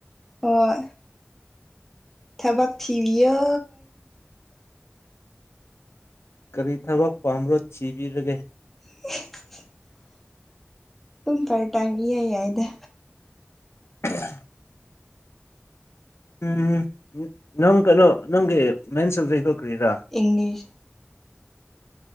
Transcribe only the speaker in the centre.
ꯍꯣꯢ ꯊꯕꯛ ꯊꯤꯕꯤꯌꯣ
<unintelligible> ꯇꯨꯝ ꯄꯔꯠ ꯇꯥꯏꯝ ꯢꯌꯥ ꯌꯥꯏꯗ
ꯏꯪꯂꯤꯁ